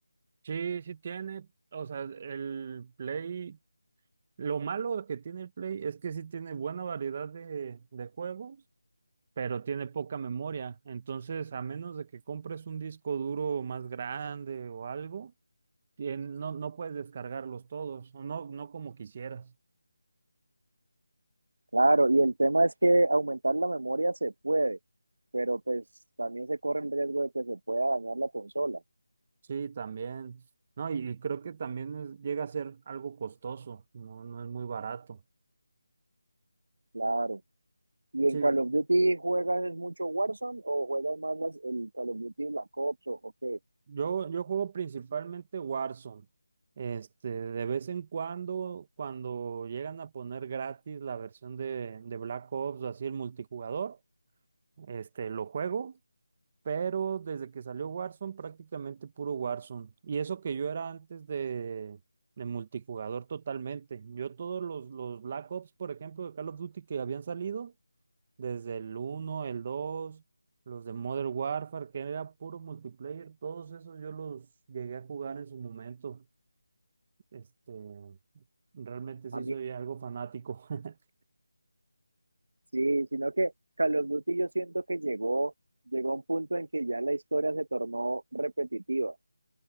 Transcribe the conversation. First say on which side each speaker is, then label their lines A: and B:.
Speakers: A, on the right; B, on the right.
A: sí, sí tiene. O sea, el Play. Lo malo que tiene el Play es que sí tiene buena variedad de, de juegos, pero tiene poca memoria. Entonces, a menos de que compres un disco duro más grande o algo, tien- no, no puedes descargarlos todos, o no, no como quisieras.
B: Claro, y el tema es que aumentar la memoria se puede, pero pues también se corre el riesgo de que se pueda dañar la consola.
A: Sí, también. No, y, y creo que también es- llega a ser algo costoso, no, no es muy barato.
B: Claro. ¿Y
A: Sí,
B: en Call of Duty juegas es mucho Warzone o juegas más las- el Call of Duty Black Ops o, o qué?
A: Yo, yo juego principalmente Warzone. Este, de vez en cuando, cuando llegan a poner gratis la versión de, de Black Ops o así el multijugador, este, lo juego, pero desde que salió Warzone, prácticamente puro Warzone. Y eso que yo era antes de, de multijugador totalmente. Yo todos los, los Black Ops, por ejemplo, de Call of Duty que habían salido, desde el uno, el 2, los de Modern Warfare, que era puro multiplayer, todos esos yo los llegué a jugar en su momento. Este, realmente sí
B: A mí,
A: soy algo fanático. <laughs>
B: sí, sino que Call of Duty yo siento que llegó, llegó a un punto en que ya la historia se tornó repetitiva.